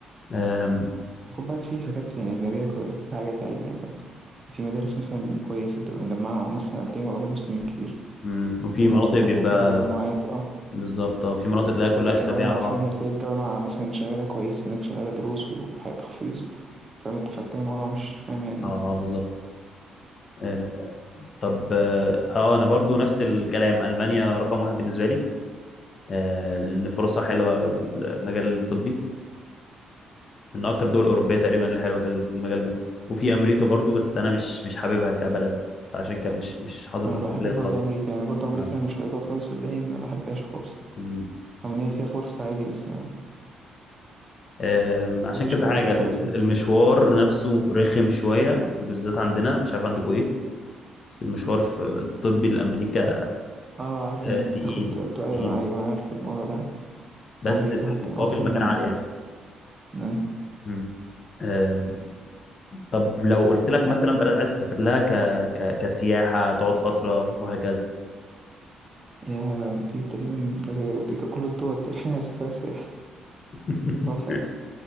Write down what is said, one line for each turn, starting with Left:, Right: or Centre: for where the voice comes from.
Left: أم...
Right: خد بالك في حاجات يعني أجنبية كوي- في حاجات عادي يعني فاهم في مدارس مثلا كويسة بتبقى مجمعة مثلا هتلاقيهم أولاد مسلمين كتير
Left: أم... وفي
Right: كده
Left: مناطق
Right: يعني فاهم
Left: بيبقى
Right: هتلاقي في تجمعات اه
Left: بالظبط اه في مناطق تلاقيها كلها
Right: في الجوامع
Left: اسلاميه على
Right: فاهم
Left: بعض
Right: هتلاقي الجوامع مثلا شغالة كويس هناك شغالة دروس وحياة تحفيظ فاهم انت فتلاقي الموضوع مش فاهم يعني
Left: اه اه بالظبط آه، طب اه آه، انا برضو نفس الكلام المانيا رقم واحد بالنسبه لي آه، لان فرصها حلوه المجال الطبي من اكتر الدول الاوروبيه تقريبا اللي حلوه في ال- في المجال ده وفي امريكا برضو بس انا مش مش حاببها كبلد فعشان كده مش مش حاططها
Right: انا ما
Left: في البلان
Right: بحبش برضه
Left: خالص
Right: امريكا يعني برضه امريكا
Left: اه
Right: مش حاططها خالص في بالي ان انا ما بحبهاش خالص
Left: مم.
Right: رغم ان هي فيها فرصة عادي بس انا ما
Left: آم، عشان
Right: بحبش
Left: كذا
Right: امريكا
Left: حاجه
Right: خالص
Left: ال-
Right: يعني
Left: المشوار نفسه رخم شويه وبالذات عندنا مش عارف عندكم ايه بس المشوار في الطبي لامريكا
Right: اه عارف
Left: آه،
Right: انك
Left: تقيل
Right: بتاخد بتاع ايوه
Left: تقيل
Right: ايوه عارف الموضوع ده
Left: بس
Right: عندي
Left: في
Right: كذا حد
Left: المقابل
Right: اصلا
Left: مكان عالي يعني
Right: آه،
Left: مم. آم، طب لو قلت لك مثلا بلد عايز تسافر لها ك... ك... كسياحة تقعد فترة وهكذا
Right: يا في تقريبا كذا كل الدول تقريبا هيسافرها سياحة
Left: <laughs>
Right: صراحة يعني